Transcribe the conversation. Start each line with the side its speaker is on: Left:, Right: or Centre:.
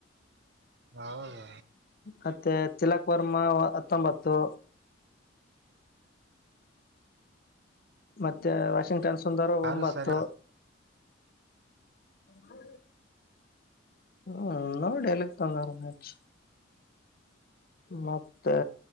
Right: ಹೌದಾ
Left: ಮತ್ತೆ ತಿಲಕ್ ವರ್ಮಾ ಹತ್ತೊಂಬತ್ತು ಮತ್ತೆ ವಾಷಿಂಗ್ಟನ್ ಸುಂದರ
Right: ಯಾರು
Left: ಒಂಬತ್ತು
Right: ಸರಿ
Left: ಹ ಹ್ಮ ನೋಡಿ ಎಕ್ ತಂದಾರಚ್ ಮತ್ತೆ